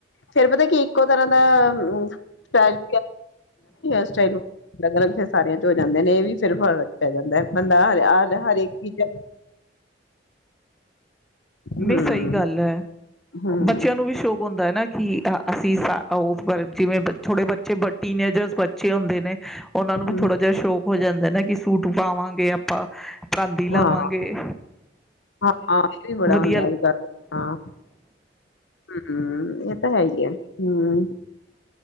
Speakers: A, on the left; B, in the centre.
A: ਫਿਰ ਪਤੈ ਕੀ ਇੱਕੋ ਤਰ੍ਹਾਂ ਦਾ <unintelligible> ਹੇਅਰ ਸਟਾਈਲ ਨੂੰ। ਅਲੱਗ-ਅਲੱਗ ਫਿਰ ਸਾਰਿਆਂ ਚ ਹੋ ਜਾਂਦੇ ਨੇ ਇਹ ਵੀ ਫਿਰ ਫਰਕ ਪੈ ਜਾਂਦੈ। ਬੰਦਾ ਹ ਹਰੇਕ ਚੀਜ਼ ਹਮ
B: ਨੀ ਸਈ ਗੱਲ ਐ।
A: ਹਮ
B: ਬੱਚਿਆਂ ਨੂੰ ਵੀ ਸ਼ੌਕ ਹੋ ਹੁੰਦੈ ਨਾ ਕਿ ਹਾਂ ਅਸੀ ਸਾ ਔਫ ਵਰ ਜਿਵੇਂ ਬੱਚ ਥੋੜੇ ਬੱਚੇ ਵੱਡ ਟੀਨਏਜਰਸ ਬੱਚੇ ਹੁੰਦੇ ਨੇ ਉਹਨਾਂ ਨੂੰ ਵੀ
A: ਹਮ
B: ਥੋੜਾ ਜਿਹਾ ਸ਼ੌਕ ਜਾਂਦਾ ਹੈ ਨਾ ਕਿ ਸੂਟ ਪਾਵਾਂਗੇ ਆਪਾਂ ਪਰਾਂਦੀ ਲਾਵਾਂਗੇ
A: ਹਾਂ ਹਾਂ ਹਾਂ ਬੜਾ
B: ਵਧੀਅਲ
A: ਹੁੰਦਾ ਅੱਜ ਕੱਲ ਹਾਂ ਹਮ ਇਹ ਤਾਂ ਹੈਗੀ ਆ ਹਮ